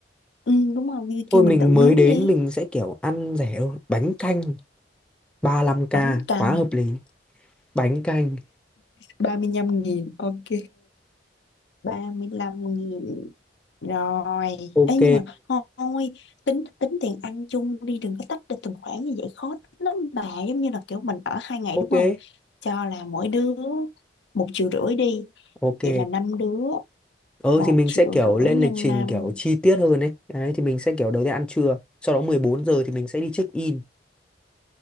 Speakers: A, on the left (about 75°); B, in the centre.
A: ừ, đúng rồi Vivi kêu
B: Thôi
A: mình
B: mình
A: tự
B: mới
A: nướng
B: đến
A: đi
B: mình sẽ kiểu ăn rẻ thôi. Bánh canh ba lăm k
A: bánh căn
B: quá hợp lý. Bánh canh.
A: ba mươi lăm nghìn ok ba mươi lăm nghìn Rồi,
B: Ok.
A: ấy nhưng mà thôi, tính tính tiền ăn chung đi, đừng có tách được từng khoản như vậy khó tính lắm bà, giống như là kiểu mình ở hai ngày
B: Ok.
A: đúng không? Cho là mỗi đứa một triệu rưỡi đi,
B: Ok.
A: vậy là năm đứa
B: Ừ
A: một
B: thì mình
A: triệu
B: sẽ kiểu
A: rưỡi
B: lên
A: nhân
B: lịch trình
A: năm
B: kiểu chi tiết hơn ấy. Đấy thì mình sẽ kiểu đầu tiên ăn trưa. Sau đó 14 giờ thì mình sẽ đi check in